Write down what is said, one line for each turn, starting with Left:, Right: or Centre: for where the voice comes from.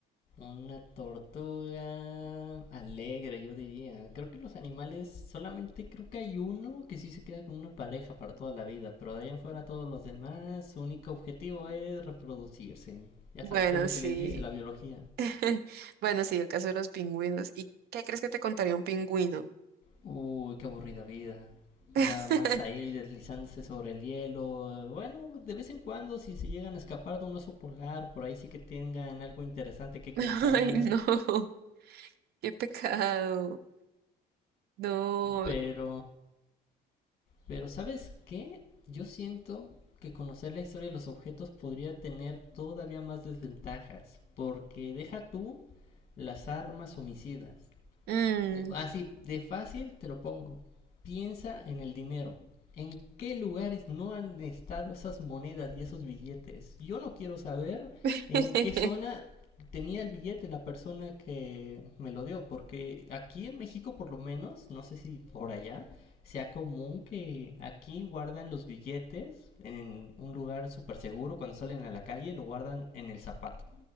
Left: Una tortuga alegre, yo diría. Creo que los animales, solamente creo que hay uno que sí se queda con una pareja para toda la vida, pero de ahí en fuera todos los demás, su único objetivo es reproducirse. Ya
Right: Bueno,
Left: sabes, es lo
Right: sí.
Left: que les dice la biología.
Right: <laughs> Bueno, sí, el caso de los pingüinos. ¿Y qué crees que te contaría un pingüino?
Left: Uy, qué aburrida vida.
Right: <laughs>
Left: Nada más ahí deslizándose sobre el hielo. Bueno, de vez en cuando si se llegan a escapar de un oso polar, por ahí sí que tengan algo interesante que contar.
Right: Ay, no, qué pecado. No.
Left: Pero Pero ¿sabes qué? Yo siento que conocer la historia de los objetos podría tener todavía más desventajas, porque deja tú las armas homicidas
Right: Mm,
Left: así de fácil te lo pongo. Piensa en el dinero. ¿En qué lugares no han estado esas monedas y esos billetes? Yo no quiero saber
Right: <laughs>
Left: en qué zona tenía el billete la persona que me lo dio, porque aquí en México por lo menos, no sé si por allá, sea común que aquí guardan los billetes en un lugar súper seguro, cuando salen a la calle lo guardan en el zapato.